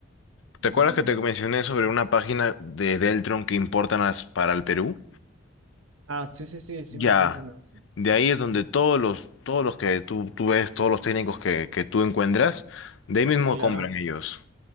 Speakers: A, on the left; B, on the right.
A: ¿te
B: Mm,
A: acuerdas que te mencioné sobre una página de Deltron que importan as- para el Perú?
B: Ah, sí, sí, sí, sí
A: Ya,
B: me mencionaste.
A: de ahí es donde todos los, todos los que tú, tú ves, todos los técnicos que, que tú encuentras, de ahí mismo
B: Claro.
A: compran ellos.